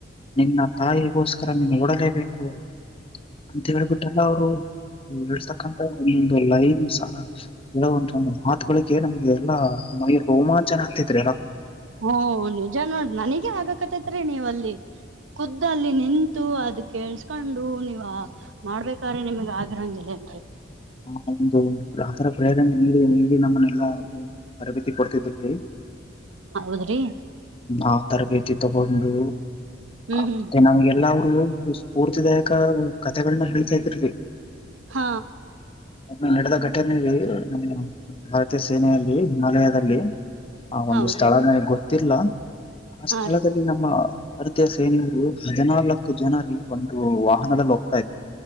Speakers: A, on the left; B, on the right.
A: ನಿನ್ನ ತಾಯಿಗೋಸ್ಕರ ನೀನು ಓಡಲೇಬೇಕು ಅಂತ ಹೇಳ್ಬಿಟ್ಟಲ್ಲ ಅವರು ನೀ ಹೇಳ್ತಕ್ಕಂತ ಒಂದೊಂದು ಲೈನ್ ಸಹ ಹೇಳ ಒಂದೊಂದು ಮಾತುಗಳಿಗೆ ನಮ್ಗೆ ಎಲ್ಲಾ ಮೈ ರೋಮಾಂಚನ ಆಗ್ತೈತ್ರಿ ಎಲ
B: ಹ್ಮ ನಿಜ ನೋಡ ನನಿಗೆ ಆಗಕತೈತ್ರಿ ನೀವ್ ಅಲ್ಲಿ ಕುದ್ದಲ್ಲಿ ನಿಂತು ಅದ ಕೇಳ್ಸ್ ಕಂಡು ನೀವ ಮಾಡ್ಬೇಕ್ರೆ ನಿಮಗ್ ಆಗರಂಗಿಲ್ಲೇಏನ್ರಿ
A: ಆ ಒಂದು ಆಥರ ಪ್ರೇರಣೆ ನೀಡಿ ನೀಡಿ ನಮ್ಮನ್ನೆಲ್ಲರು ತರಬೇತಿ ಕೊಡ್ತಿದ್ರುರಿ
B: ಹೌದ್ರಿ
A: ಆ ತರಬೇತಿ ತಗೊಂಡು
B: ಹ್ಮ್
A: ಮತ್ತೆ
B: ಹ್ಮ್
A: ನಮಗೆಲ್ಲ ಅವರು ಸ್ಫೂರ್ತಿದಾಯಕ ಕಥೆಗಳನ್ನ ಹೇಳ್ತಾ ಇದ್ರಿ
B: ಹ
A: ನ ನಡೆದ ಘಟನೆ ನ ಭಾರತೀಯ ಸೇನೆಯಲ್ಲಿ ಹಿಮಾಲಯದಲ್ಲಿ ಆ ಒಂದು
B: ಹೌದ್ರಿ
A: ಸ್ಥಳ ನನಗ್ ಗೊತ್ತಿಲ್ಲ ಆ
B: ಹಾ
A: ಸ್ಥಳದಲ್ಲಿ
B: ರೀ
A: ನಮ್ಮ ಅರ್ತಾಸ ಏನಂದು ಹದಿನಾಲ್ಕು ಜನರಿಗೆ ಒಂದು ವಾಹನದಲ್ಲಿ ಹೋ